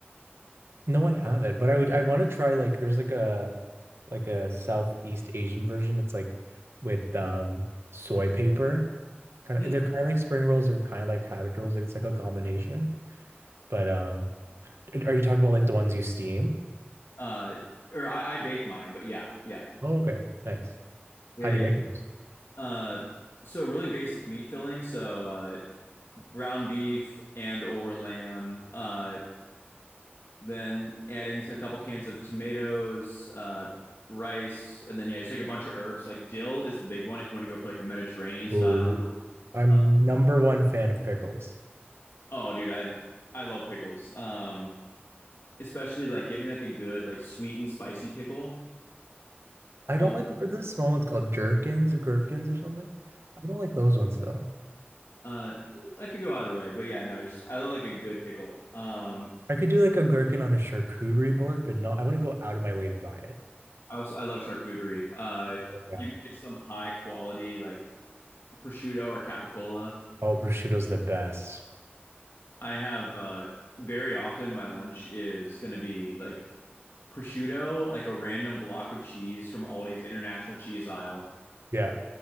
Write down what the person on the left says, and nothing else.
Mm.
Uh, or I, I bake mine, but yeah, yeah,
yeah,
yeah.
Uh, so really basic meat filling. So uh, ground beef and or lamb. Uh, then adding a couple cans of tomatoes, uh, rice, and then yeah, just like a bunch of herbs. Like dill is the big one if you want to go for like a Mediterranean style.
Um,
oh, dude, I I love pickles. Um, especially like give me like a good like sweet and spicy pickle.
All
uh, I could go either way, but yeah, no, just I love like a good pickle. Um,
I also I love charcuterie. Uh,
give me like some high quality like prosciutto or capicola.
I have uh very often my lunch is going to be like prosciutto, like a random block of cheese from Aldi's international cheese aisle,